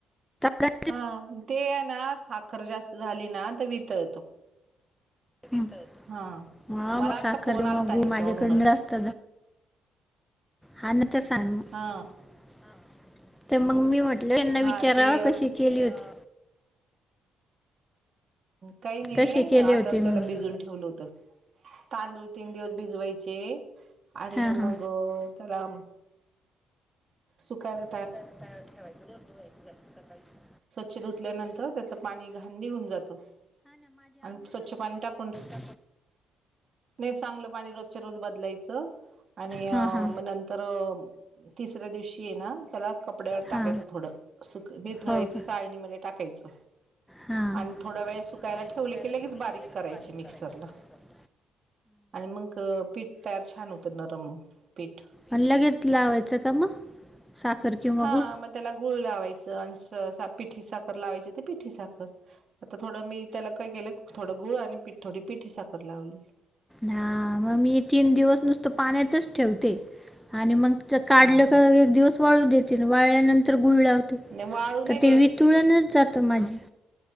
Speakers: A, in the centre; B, on the right.
A: च
B: हा ते आहे ना साखर जास्त झाली ना तर वितळतो
A: ना
B: हा मला
A: हा मग
B: आत्ता
A: साखर
B: फोन आलता
A: म गु
B: ह्याच्यावरूनच
A: माझ्याकडन असत हा न तर सांग मग
B: हा
A: तर मग मी वाट टलो यांना
B: हा
A: विचारावा
B: ते
A: कशी केली होती
B: काही नाही
A: कसे केले
B: आता
A: होते म्हणून
B: त्याला भिजून ठेवलं होत तांदूळ तीन दिवस भिजवायचे आणि
A: हा
B: मग
A: हा
B: त्याला सुकार
A: सुकाय पाया ठेवायचं लो धुवायचं झाात सकाळी
B: स्वच्छ धुतल्यानंतर त्याचं पाणी घांडी होऊन जातो आणि स्वच्छ पाणी टाकून
A: ह
B: नाही चांगलं पाणी रोजच्या रोज बदलायचं आणि
A: हा हा
B: म तर तिसऱ्या दिवशी ये ना त्याला कपड्यावर टाकायचं
A: हा
B: थोडं सुक निथळायचं
A: हो का
B: चाळणीमध्ये टाकायचं
A: हा
B: आणि थोडा वेळ
A: आणि
B: सुकायला
A: थोड वेळ
B: ठेवले
A: सुकायला
B: की लगेच
A: ठेवली
B: बारीक
A: की लगेच बारीक
B: मिक्सरला
A: करायची मिक्सर
B: आणि मग पीठ तयार छान होते नरम पीठ
A: आणि लगेच लावायचं का मग साखर किंवा
B: हा
A: गूळ
B: म त्याला गुळ लावायचं आणि पिठी साखर लावायची ते पिठी साखर आता थोडं मी त्याला काय केलं थोडं गुळ आणि थोडी पिठी साखर लावली
A: हा मग मी तीन दिवस नुसतं पाण्यातच ठेवते आणि मग काढलं
B: हा
A: का दिवस वाळू देते वाळल्यानंतर गुळला होते
B: वाळू नाही
A: तर ते वितुळनच जात माझे